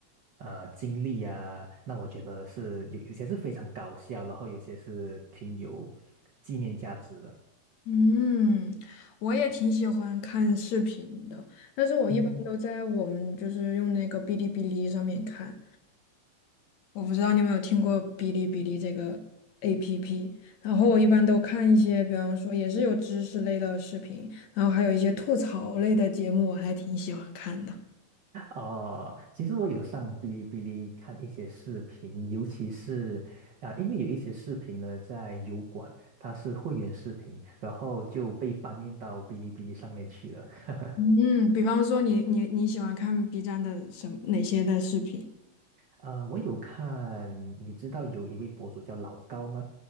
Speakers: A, on the right (about 65°); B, on the left (about 70°).
A: 呃经历啊。那我觉得是有有些是非常搞笑，然后有些是挺有纪念价值的。
B: 嗯，我也挺喜欢看视频的，但是我一般都在我们就是用那个哔哩哔哩上面看。
A: 嗯。
B: 我不知道你有没有听过哔哩哔哩这个 APP，然后我一般都看一些，比方说也是有知识类的视频，然后还有一些吐槽类的节目，我还挺喜欢看的。
A: 哦，其实我有上哔哩哔哩看一些视频，尤其是啊、呃因为有一些视频呢在油管，它是会员视频，然后就被搬运到哔哩哔哩上面去了。<laughs>
B: 嗯，比方说你你你喜欢看 B 站的什么哪些的视频？
A: 啊，我有看，你知道有一位博主叫老高吗？